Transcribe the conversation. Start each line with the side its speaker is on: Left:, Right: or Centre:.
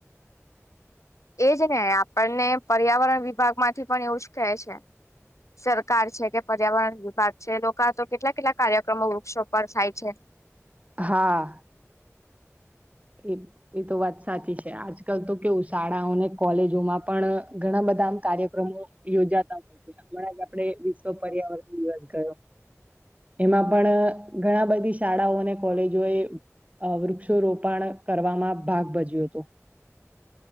Left: એજ ને આપણને પર્યાવરણ વિભાગ, માંથી પણ એવું જ કહે છે. સરકાર છે. કે પર્યાવરણ વિભાગ છે, લોકો તો કેટલા કેટલા કાર્યક્રમો વૃક્ષો પર થાય છે.
Right: હા એ એ તો વાત સાચી છે, આજકાલ તો કેવું શાળાઓને કોલેજોમાં પણ ઘણા બધા કાર્યક્રમો યોજાતા હોય, છે. હણાં જ આપે વિશ્વ પર્યાવરણ દિવસ ગયો એમાં પણ ઘણા બધી શાળાઓ, અને કોલેજો એ વૃક્ષો રોપ પણ કરવામાં ભાગ ભજ્યું હતુ.